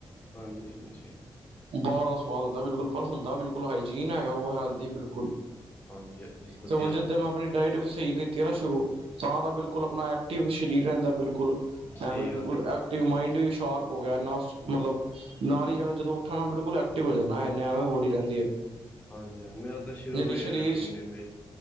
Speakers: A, on the left; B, on the right.
A: ਹਾਂਜੀ- ਹਾਂਜੀ।
B: ਬਾਹਰ ਦਾ ਸਵਾਦ ਹੁੰਦਾ ਬਿਲਕੁਲ ਪਰ ਹੁੰਦਾ ਬਿਲਕੁਲ ਹਾਈਜੀਨ ਹੈਗਾ ਉਹ ਹੈਲਦੀ ਬਿਲਕੁਲ
A: ਹਾਂਜੀ ਹਾਂਜੀ ਵਧੀਆ
B: ਚੋਂ ਜਿੱਦੇ
A: ਗੱਲ ਹੈ
B: ਮੈਂ
A: ਭਾਜੀ
B: ਆਪਣੀ ਡਾਇਟ ਵਿ ਸਹੀ ਕੀਤੀ ਐ ਨਾ ਸ਼ੁਰੂ ਤਾਂ ਬਿਲਕੁਲ ਆਪਣਾ ਐਕਟਿਵ ਸਰੀਰ ਰਹਿੰਦਾ ਬਿਲਕੁਲ। ਐਵੇਂ
A: ਸਹੀ
B: ਬਿਲਕੁਲ
A: ਗੱਲ ਹੈ ਭਾਜੀ
B: ਐਕਟਿਵ ਮਾਈੰਡ ਵੀ <unintelligible> ਮਤਲਬ ਨਾਲ ਹੀ ਜਿਵੇਂ ਜਦੋਂ ਉੱਠਣਾ ਬਿਲਕੁਲ ਐਕਟਿਵ ਹੋ ਜਾਂਦਾ <unintelligible>
A: ਹਾਂਜੀ ਮੇਰਾ ਤਾਂ ਸ਼ੁਰੂ
B: ਜਿਹੜੀ
A: ਤੋਂ ਏ
B: ਸਰੀਰ
A: ਰੂਟੀਨ ਐ ਹਮੇ